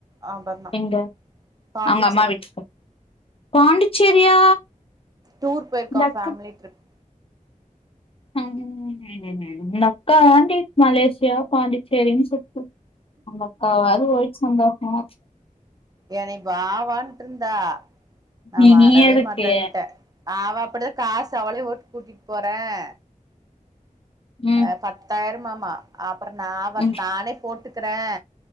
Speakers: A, on the right; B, on the left.
A: அபர்ணா
B: எங்க
A: பாண்டிச்சேரி
B: அவுங்க அம்மா வீட்ல பாண்டிச்சேரியா
A: டூர் போயிருக்கா
B: இந்த அக்கா
A: ஃபேமிலி ட்ரிப்
B: ம் லக்காண்டி மலேசியா பாண்டிச்சேரினு சுத்து அவங்க அக்காவது ஒய் சந்தோஷம்
A: என்னைய வா வான்னுட்டு இருந்தா நா
B: நீ
A: வரவே
B: நீ எதுக்கு
A: மாட்டேன்ட்ட அவ அப்டி தா காசு அவள ஓட்டு கூட்டிட்டு போறேன்
B: ம்
A: ஆ பத்தாயிரம்மாம் மா அப் அப்றோ நா வர்
B: ம்
A: நானே போட்டுக்கிறே